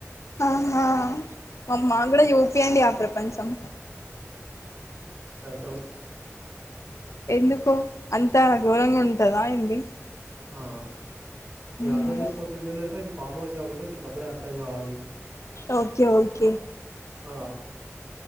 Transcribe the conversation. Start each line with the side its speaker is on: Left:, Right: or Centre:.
Left: ఆహా మామ్ మా కూడా యూపి అండి ఆ ప్రపంచం
Right: చల
Left: ఎందుకో అంత ఘోరంగా ఉంటదా ఏంది
Right: ఆ ఇవి
Left: మ్మ్
Right: అర్థం చేసుకోవాల్సింది ఏంటంటే అది ఫామ్ హౌస్ కాబట్టి నీక అప్పుే అర్థం కావాలి
Left: ఓకే ఓకే
Right: ఆ